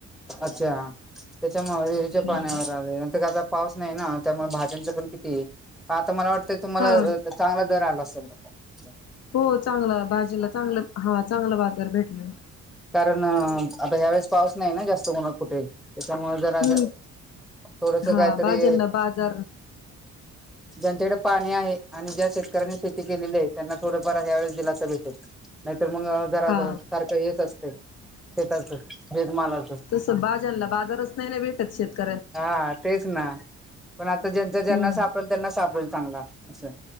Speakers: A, in the centre; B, on the left.
A: अच्छा त्याच्यामुळे विरीच्या
B: हम्म
A: पाण्यावर आले नंतर का आता पाऊस नाही ना त्यामुळे भाज्यांच पण किती आता मला वाटतंय तुम्हाला
B: हा
A: चांगला दर आला अस <inaudible>
B: हो चांगलं भाजीला चांगलं हा चांगलं बाजार भेटलंय
A: कारण आता ह्या वेळेस पाऊस नाही ना जास्त कोण कुठेही त्याच्या मूळ जरा
B: हम्म
A: जा थोडस
B: हा
A: काहीतरी
B: भाज्यांना बाजार
A: ज्यांच्या कड पाणी आहे आणि ज्या शेतकऱ्यांनी शेती केलेली आहे त्यांना थोडंफार ह्या वेळेस दिलासा भेटल नाही तर मग घरात
B: हा
A: सारखं हेच अस शेताच शेतमालाच
B: तसं भाज्यांना <inaudible>
A: हा तेच ना पण आता ज्यांचा ज्यांना
B: हम्म
A: सापडेल त्यांना सापडेल चांगला असं